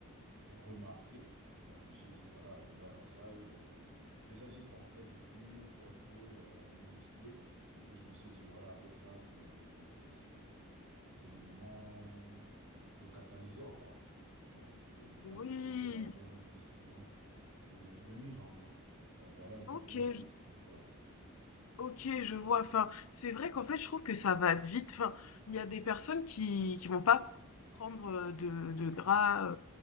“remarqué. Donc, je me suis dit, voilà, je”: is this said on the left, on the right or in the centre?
Right